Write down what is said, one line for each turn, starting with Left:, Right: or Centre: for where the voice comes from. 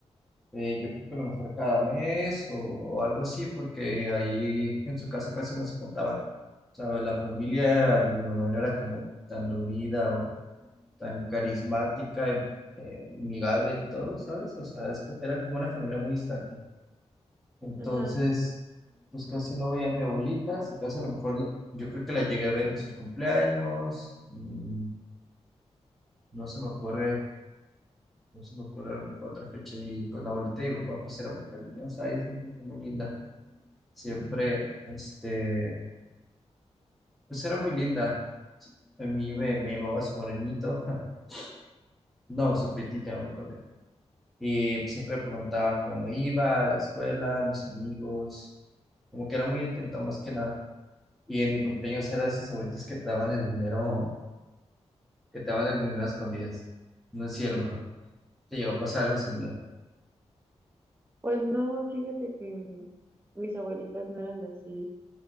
Centre: Eh, yo creo que a lo mejor cada mes o, o algo así, porque ahí en su casa casi no se juntaban. O sea, la familia de mi mamá no era como tan reunida o tan carismática, em- eh, amigable del todo, ¿sabes? O sea, es co- era como una familia muy distante. Entonces,
Right: Ajá.
Centre: pues casi no veía a mi abuelita, si acaso a lo mejor la- yo creo que la llegué a ver en sus cumpleaños, mm, no se me ocurre, no se me ocurre a lo mejor otra fecha y con la abuelita y mi papá pues era muy cariñosa, ella siempre fue muy linda. Siempre, este, pues era muy linda. A mí me, me llamaba su bonenito. <laughs> No, su prietita, ya me acordé. Y pues, siempre preguntaba cómo me iba, a la escuela, mis amigos. Como que era muy atenta más que nada. Y en mi cumpleaños era de esas abuelitas que te daban el dinero, que te daban el dinero a escondidas. No sé si a lo mejor te llegó a pasar algo similar.
Right: Pues no, fíjate que mm, mis abuelitas no eran así.